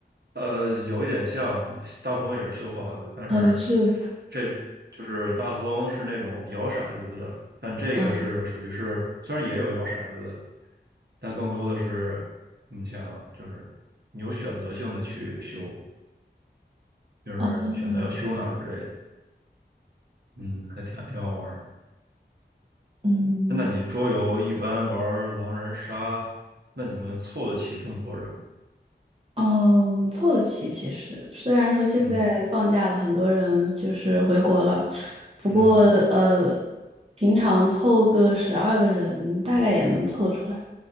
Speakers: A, on the right (about 60°); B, on the right (about 30°).
A: 呃，有一点像，大富翁也是修房子，但是
B: 呃，是，
A: 这就是大富翁是那种摇骰子的，但这个是属于是虽然也有摇骰子，
B: 嗯，
A: 但更多的是你想就是你有选择性的去修，就是选择要修哪儿之类的，
B: 哦哦，
A: 嗯，还挺挺好玩儿。
B: 嗯。
A: 那你桌游一般玩儿狼人杀，那你们凑得齐这么多人吗？
B: 嗯，凑得齐。其实虽然说现在放假了，
A: 嗯
B: 很多人就是回国了，不过呃，
A: 嗯，
B: 平常凑个十二个人大概也能凑出来。